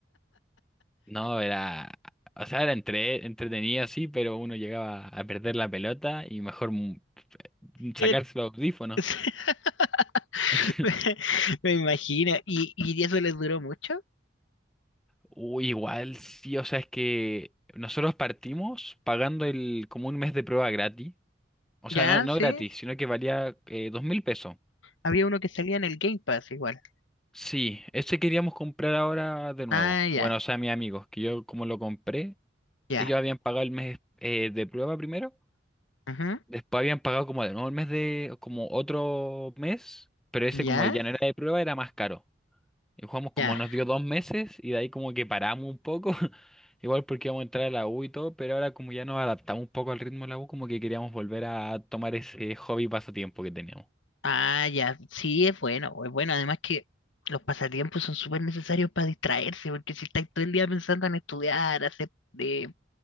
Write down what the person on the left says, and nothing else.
El-
<laughs>
Me, me imagino. ¿Y, y eso les duró mucho?
Ya,
sí.
Había uno que salía en el Game Pass igual.
Ah, ya,
ya.
Ujú,
Ya,
ya.
Ah, ya, sí, es bueno, es bueno. Además que los pasatiempos son súper necesarios para distraerse, porque si estáis todo el día pensando en estudiar, hacer eh,